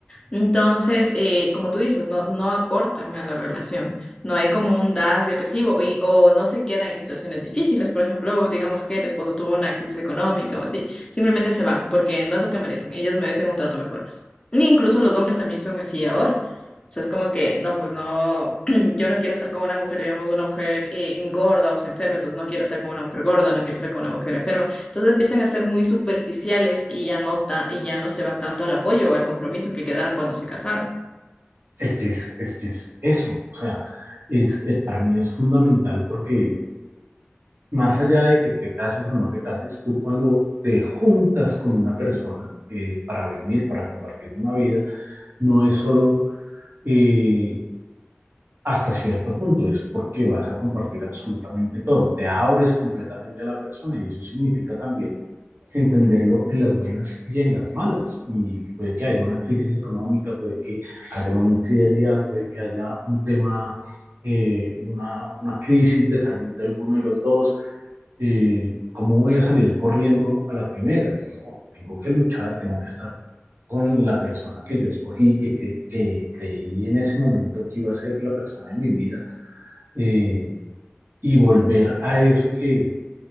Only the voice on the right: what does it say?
Es que es, es que es eso, o sea, es, eh, para mí es fundamental porque más allá de que te cases o no te cases, tú cuando te juntas con una persona eh, para vivir, para compartir una vida, no es solo eh, hasta cierto punto, es porque vas a compartir absolutamente todo, te abres completamente a la persona y eso significa también entenderlo en las buenas y en las malas. Y puede que haya una crisis económica, puede que haya una infidelidad, puede que haya un tema, eh, una, una, crisis de salud de alguno de los dos. Eh, ¿Cómo voy a salir corriendo a la primera? No, tengo que luchar, tengo que estar con la persona que yo escogí, que, que, que creí en ese momento que iba a ser la persona de mi vida, eh, y volver a eso que,